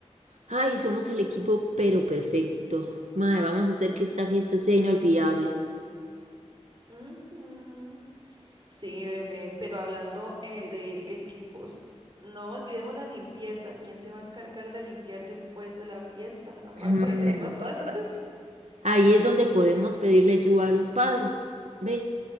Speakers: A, on the right; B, on the right.
A: ay, somos el equipo pero perfecto. Mae, vamos a hacer que esta fiesta sea inolvidable.
B: Ujú. Sí, bebé, pero hablando eh, de equipos, no olvidemos la limpieza. ¿Quién se va a encargar de limpiar después de la fiesta, aparte
A: aparte
B: de nosotras?
A: Mm,
B: <laughs>
A: Ahí es donde podemos pedirle ayuda a los padres. Ve,